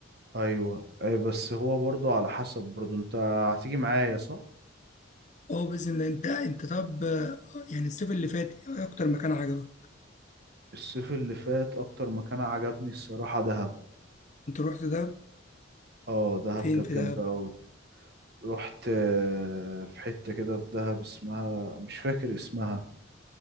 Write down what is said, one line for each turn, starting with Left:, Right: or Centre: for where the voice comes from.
Right: ايوه أي بس هو برضو على حسب برضو انت هتيجي معايا صح
Left: اه باذن الله انت انت طب يعني الصيف اللي فات ايه اكتر مكان عجبك
Right: الصيف اللي فات اكتر مكان عجبني الصراحة دهب
Left: انت رحت دهب
Right: اه دهب
Left: فين
Right: كانت
Left: في
Right: جامدة
Left: دهب
Right: اوي رحت آه، في حتة كده في دهب اسمها مش فاكر اسمها